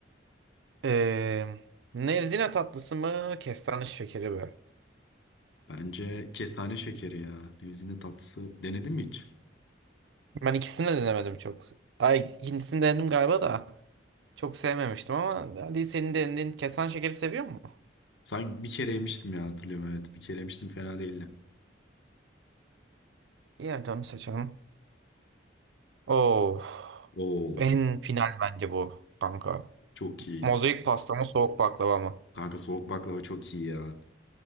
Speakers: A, on the right; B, on the left.
A: Ee, Nevzine tatlısı mı? Kestane şekeri mi?
B: Bence kestane şekeri ya. Nevzinde tatlısı. Denedin mi hiç?
A: Ben ikisini de denemedim çok. Ay ikincisini denedim galiba da. Çok sevmemiştim ama hadi senin denediğin kestane şekeri seviyor mu?
B: Sanki bir kere yemiştim ya hatırlıyorum evet. Bir kere yemiştim fena değildi.
A: İyi hadi onu seçelim. Of.
B: Oo.
A: En final bence bu kanka.
B: Çok iyi.
A: Mozaik pasta mı soğuk baklava mı?
B: Kanka soğuk baklava çok iyi ya.